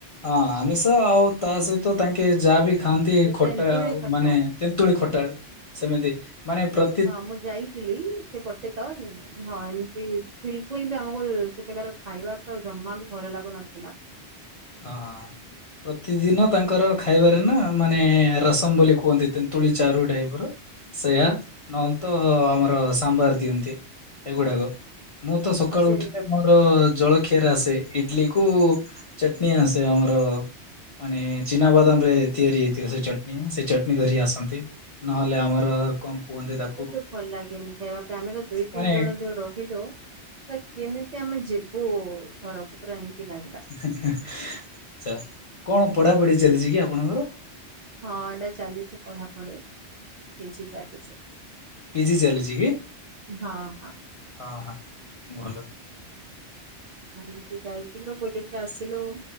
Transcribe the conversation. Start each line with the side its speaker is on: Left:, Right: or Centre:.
Left: ହଁ ଆମିଷ ଆଉ ତା ସହିତ ତାଙ୍କେ ଯାହା ବି ଖାଆନ୍ତି
Right: ଯେ
Left: ଖଟା
Right: ତେନ୍ତୁଳି ଖଟା
Left: ମାନେ ତେନ୍ତୁଳି ଖଟା ସେମିତି ମାନେ ପ୍ର
Right: ହଁ- ମୁଁ ଯାଇଥିଲି ସେ ପଟେ ତ ହଁ ଏମିତି ବିଲକୁଲ ବି, ଆମକୁ ସେଠାକାର ଖାଇବା ତ ଜମା ବି ଭଲ ଲାଗୁନଥିଲା।
Left: ହଁ। ପ୍ରତିଦିନ ତାଙ୍କର ଖାଇବାରେ ନା, ମାନେ ରସମ ବୋଲି କୁହନ୍ତି ତେନ୍ତୁଳି ଚାରୁ ଟାଇପର। ସେୟା, ନହେଲେ ତ ଆମର ସାମ୍ବାର ଦିଅନ୍ତି ଏଗୁଡାକ। ମୁଁ ତ ସକାଳୁ
Right: ଆଉ ସେ
Left: ଉଠିଲେ ମୋର ଜଳଖିଆରେ ଆସେ, ଇଡଲିକୁ ଚଟଣି ଆସେ ଆମର ମାନେ ଚିନାବାଦାମ ରେ ତିଆରି ହେଇଥିବ ସେ ଚଟଣି, ସେ ଚଟଣି ଧରି ଆସନ୍ତି। ନହେଲେ ଆମର କଣ କୁହନ୍ତି ତା
Right: କିନ୍ତୁ ଭଲ ଲାଗେନି ଖାଇବା ପାଇଁ, ଆମେ ତ ଦୁଇ
Left: ମାନେ
Right: ତିନି ଜଣ ଯୋଉ ରହିଲୁ। କେମିତି ଆମେ ଯିବୁ ଘରକୁ, ପୁରା ଏମିତି ଲାଗିଲା।
Left: ଆଛା କଣ ପଢାପଢି ଚାଲିଛି କି ଆପଣଙ୍କର?
Right: ହଁ ଏଇନା ଚାଲିଛି ପଢାପଢି। <unintelligible>
Left: ପିଜି ଚାଲିଛି କି
Right: ହଁ ହଁ।
Left: ହଁ- ହଁ ଭଲ।
Right: ଆମେ ଏମିତି ଯାଇଥିଲୁ ବୁଲିକି ଆସିଲୁ।